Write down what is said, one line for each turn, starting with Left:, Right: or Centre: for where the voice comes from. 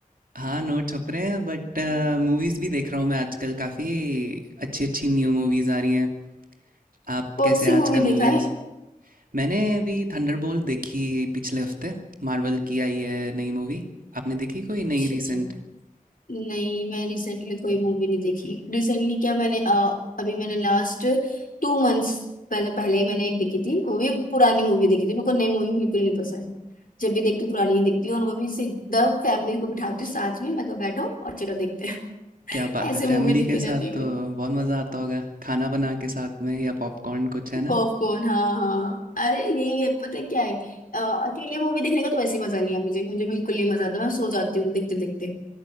Right: हाँ नोट छप रहे हैं बट मूवीज़ भी देख रहा हूँ मैं आजकल काफ़ी अच्छी अच्छी न्यू मूवीज़ आ रही हैं आप
Left: कौन
Right: कैसे
Left: सी
Right: हैं आजकल
Left: मूवी
Right: मूवीज़
Left: देखा है
Right: मैंने अभी थंडरबोल्ट देखी पिछले हफ्ते मार्वल की आई है नई मूवी आपने देखी कोई
Left: अच्छा
Right: नई
Left: अच्छा
Right: रिसेंट
Left: नहीं मैं रिसेंटली कोई मूवी नहीं देखी रिसेंटली क्या मैंने अ, अभी मैंने लास्ट टू मंथ्स पहले पहले ही मैंने एक देखी थी वो भी पुरानी मूवी देखी थी मेरे को नई मूवी बिल्कुल नहीं पसंद जब भी देखती हूँ पुरानी ही देखती हूँ और वो भी सीधा फैमिली को बिठाती हूँ साथ में मैं कहा बैठो और चलो देखते हैं
Right: क्या बात
Left: <laughs> ऐसे
Right: है फैमिली
Left: मूवी देखी
Right: के साथ
Left: जाती
Right: तो
Left: है
Right: बहुत मज़ा आता होगा खाना बना के साथ में या पॉपकॉर्न कुछ है
Left: पॉपकॉर्न
Right: ना
Left: हाँ हाँ अरे यही है पता है क्या है अ, अकेले मूवी देखने का तो वैसे ही मजा नहीं है मुझे मुझे बिल्कुल नहीं मजा आता मैं सो जाती हूँ देखते देखते